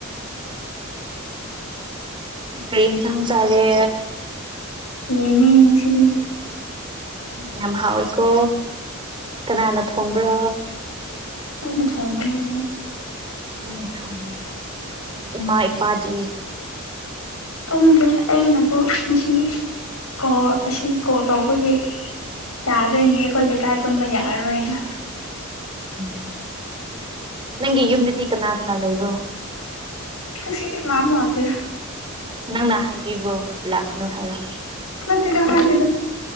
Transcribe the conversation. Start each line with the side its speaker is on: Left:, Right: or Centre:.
Right: ꯔꯤ ꯊꯥꯡ ꯆꯔꯦ
Left: ꯍꯅ ꯁꯤꯔꯤ
Right: ꯎꯝ ꯌꯥꯝ ꯍꯥꯎꯋꯏꯀꯣ ꯀꯅꯥꯅ ꯊꯣꯡꯕ꯭ꯔꯥ
Left: ꯑꯩꯅ ꯊꯣꯡꯕꯅꯤ
Right: ꯎ ꯊ ꯏꯃꯥ ꯏꯄꯥꯖꯤ
Left: ꯇꯨꯝꯒꯦ ꯑꯩꯅꯕꯨ ꯉꯁꯤ ꯀꯣ ꯑꯁꯤ ꯀꯣꯜ ꯇꯧꯕꯒꯤ ꯌꯥꯗꯣꯏꯅꯦ ꯑꯩꯈꯣꯏ ꯂꯩꯀꯥꯏ ꯇꯨꯝꯕ ꯌꯥꯔꯔꯣꯏꯅ
Right: ꯎꯝ ꯅꯪꯒꯤ ꯌꯨꯝꯗꯗꯤ ꯀꯅꯥ ꯀꯅꯥ ꯂꯩꯕ꯭ꯔꯣ
Left: ꯁꯤꯇꯤꯦꯛ ꯃꯥꯃ ꯍꯥꯥꯛꯇꯗ
Right: ꯅꯪꯅ ꯍꯥꯏꯕꯤꯕ꯭ꯔꯣ ꯂꯥꯛꯄꯅꯨ ꯍꯥꯏꯔ
Left: ꯃꯒ ꯍꯒ